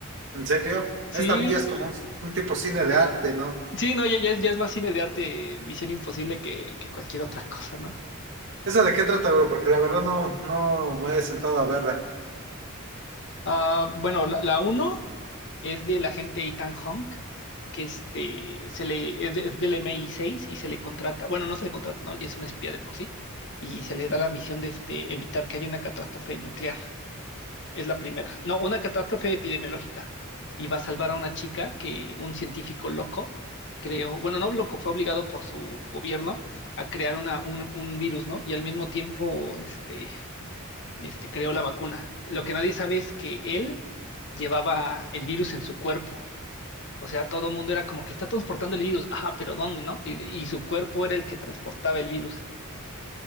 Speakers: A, on the right; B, on the left.
A: ¿En serio?
B: Sí,
A: Esta villa es como un, un tipo cine de arte, ¿no?
B: sí, no, ya, ya es, ya es más cine de arte Misión Imposible que, que cualquier otra cosa, ¿no?
A: ¿Esa de qué trata, bro? Porque la verdad no, no me he sentado a verla.
B: Ah, bueno, la, la uno es del agente Ethan Hawke, que este, se le, es, de- es del mi seis y se le contrata, bueno, no se le contrata, ¿no? Ya es un espía de por sí, y se le da la misión de este, evitar que haya una catástrofe nuclear. Es la primera. No, una catástrofe epidemiológica. Y va a salvar a una chica que un científico loco creó, bueno, no loco, fue obligado por su gobierno a crear una, un, un virus, ¿no? Y al mismo tiempo, este, este, creó la vacuna. Lo que nadie sabe es que él llevaba el virus en su cuerpo. O sea, todo el mundo era como que está transportando el virus. Ajá, pero ¿dónde, no? Y, y su cuerpo era el que transportaba el virus.